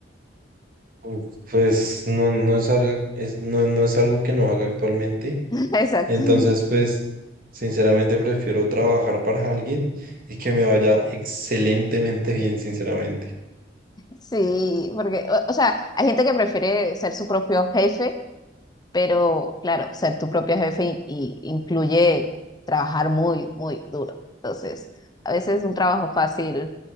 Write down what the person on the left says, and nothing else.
<laughs> Exacto.
Sí, porque, o, o sea, hay gente que prefiere ser su propio jefe, pero claro, ser tu propio jefe i- i- incluye trabajar muy, muy duro. Entonces, a veces es un trabajo fácil,